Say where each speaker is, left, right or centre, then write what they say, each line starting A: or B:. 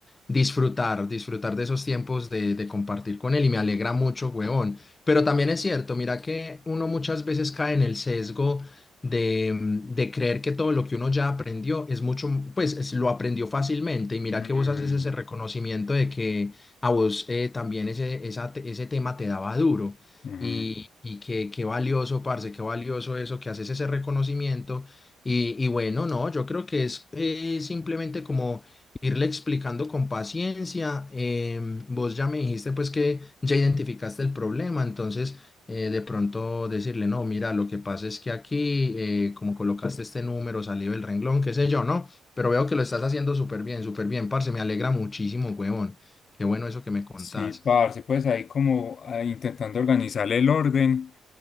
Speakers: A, on the left (about 35°); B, on the left (about 55°).
A: disfrutar, disfrutar de esos tiempos de, de compartir con él y me alegra mucho, weón. Pero también es cierto, mira que uno muchas veces cae en el sesgo de, mm, de creer que todo lo que uno ya aprendió es mucho, pues es- lo aprendió fácilmente y mira
B: Mm,
A: que vos haces ese reconocimiento de que a vos eh, también ese, esa te- ese tema te daba duro
B: ujú.
A: y, y que qué valioso, parce, qué valioso eso, que haces ese reconocimiento y, y bueno, no, yo creo que es eh, simplemente como irle explicando con paciencia, em, vos ya me dijiste pues que ya identificaste el problema, entonces eh, de pronto decirle, no, mira, lo que pasa es que aquí, eh, como colocaste este número, salió el renglón, qué sé yo, ¿no? Pero veo que lo estás haciendo súper bien, súper bien, parce, me alegra muchísimo, huevón. Qué bueno eso que me contás.
B: Sí, parce, pues ahí como ah, intentando organizar el orden,